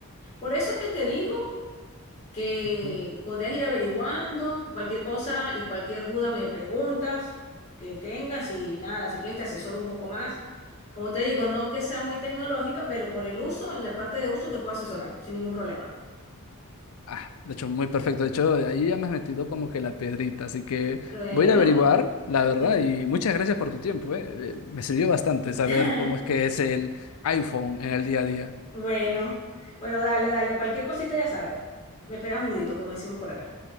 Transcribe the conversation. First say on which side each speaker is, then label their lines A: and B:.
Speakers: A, on the left; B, on the left.
A: por eso es que te digo que
B: Ujú.
A: podrías ir averiguando cualquier cosa y cualquier duda me preguntas que tengas y nada, si quieres te asesoro un poco más. Como te digo, no es que sea muy tecnológica, pero por el uso, en la parte de uso te puedo asesorar sin ningún problema.
B: Ah, de hecho, muy perfecto. De hecho, ahí ya me has metido como que la piedrita, así que
A: Bueno,
B: voy a ir a averiguar, la verdad,
A: sí.
B: y muchas gracias por tu tiempo, ¿eh? Eh, Me sirvió bastante saber
A: <laughs>
B: cómo es que es el iPhone en el día a día.
A: Bueno, bueno, dale, dale, cualquier cosita ya sabes. Me pegas un grito, como decimos por acá.